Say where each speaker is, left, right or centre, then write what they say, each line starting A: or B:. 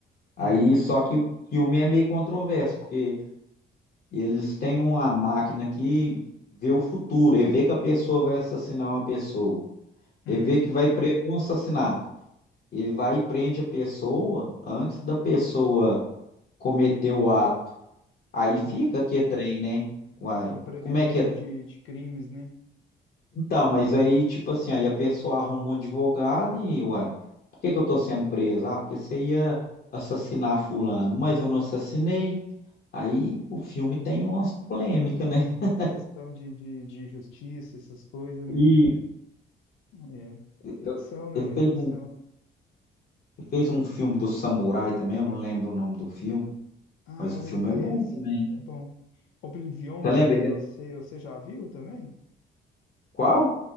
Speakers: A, on the left; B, on the left.
A: Aí,
B: Hum,
A: só que o filme é meio controverso, porque eles têm uma máquina que vê o futuro, e vê que a pessoa vai assassinar uma pessoa, e
B: hum.
A: vê que vai prever um assassinato. Ele vai e prende a pessoa antes da pessoa cometer o ato. Aí
B: Ó,
A: fica que é trem, né? Uai,
B: a prevenção
A: como é que é?
B: de, de crimes, né?
A: Então, mas aí, tipo assim, aí a pessoa arruma um advogado e, uai, por que que eu tô sendo preso? Ah, porque você ia assassinar fulano, mas eu não assassinei. Aí o filme tem umas polêmicas, né? <laughs>
B: Questão de, de, de justiça, essas coisas, né?
A: E
B: É.
A: eu-
B: Ficção, né,
A: ele
B: velho?
A: fez
B: Ficção.
A: um, ele fez um filme do Samurai também, eu não lembro o nome do filme,
B: Ah,
A: mas
B: eu
A: o filme
B: lembro desse.
A: é bom também.
B: É bom. Oblivion,
A: Você
B: sei,
A: lembra?
B: eu sei, você já viu também?
A: Qual?